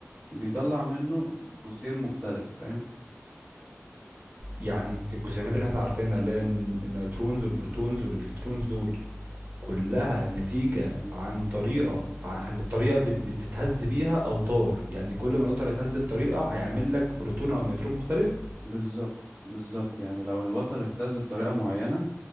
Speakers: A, on the left (about 20°); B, on the right (about 30°).
A: بيطلع منه جسيم مختلف فاهم
B: يعني الجسيمات اللي احنا عارفينها اللي هي الن- النيوترونز والبروتونز والالكترونز دول كلها نتيجة
A: مم.
B: عن طريقة عن عن الطريقة اللي بتتهز بيها أوتار يعني كل ما الأوتار يتهز بطريقة
A: مم.
B: هيعمل لك بروتون أو نيوترون مختلف
A: بالظبط بالظبط يعني لو الوتر اهتز بطريقة معينة